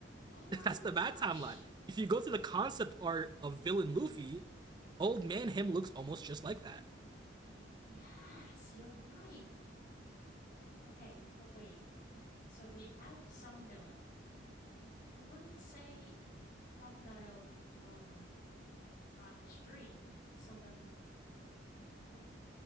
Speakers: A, on the right; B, on the left.
A: <laughs>
B: Oh my
A: That's
B: gosh.
A: the bad timeline. If you go to the concept art of villain Luffy, old man him looks almost just like that.
B: Yes, you're right. Okay, but wait. So we have some villains. I wouldn't say Crocodile um got his dream, so then if